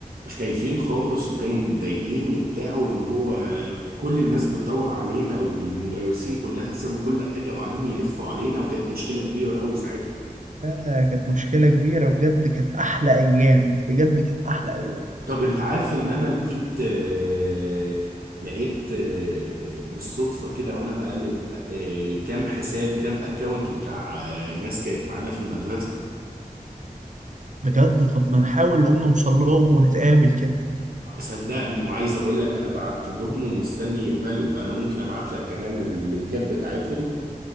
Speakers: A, on the right; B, on the right.
A: خايفين خالص وكانوا متضايقين وبتاع واللي هو آه، كل الناس بتدور علينا والمدرسين كلها سابوا كل حاجة وقاعدين يلفوا علينا وكانت مشكلة كبيرة قوي ساعتها
B: آه كانت مشكلة كبيرة بجد كانت أحلى أيام بجد كانت أحلى أيام
A: طب انت عارف ان انا لقيت آه، لقيت آه، بالصدفة كده وانا بقلب آه، كام حساب كام اكونت بتاع آه، ناس كانت معانا في المدرسة
B: بجد طب ما نحاول نقوم نوصل لهم ونتقابل كده
A: صدقني وعايز اقول لك انا بعت لهم ومستني يقبلوا انا ممكن ابعت لك كمان اللينكات بتاعتهم